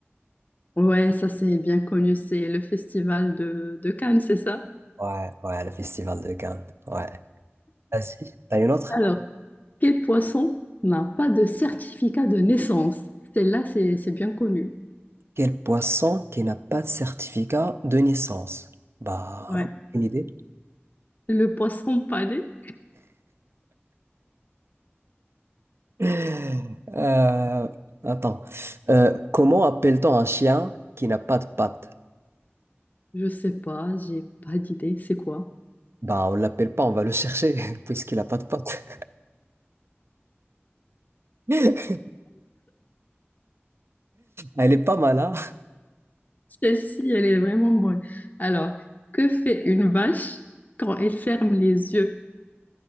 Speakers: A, on the left; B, on the right.
A: Ouais, ça c'est bien connu, c'est le festival de, de Cannes, c'est ça?
B: Ouais, ouais, le festival de Cannes. Ouais. Vas-y. T'as une autre?
A: Alors, quel poisson n'a pas de certificat de naissance? Celle-là, c'est, c'est bien connu.
B: Quel poisson qui n'a pas de certificat de naissance? Bah,
A: Ouais.
B: une idée?
A: Le poisson pané.
B: <laughs> Euh, attends. Euh, comment appelle-t-on un chien qui n'a pas de pattes?
A: Je sais pas, j'ai pas d'idée. C'est quoi?
B: Bah, on l'appelle pas, on va le chercher, <laughs> puisqu'il n'a pas de pattes. <laughs> Elle est pas mal, hein?
A: Celle-ci, elle est vraiment bonne. Alors, que fait une vache quand elle ferme les yeux?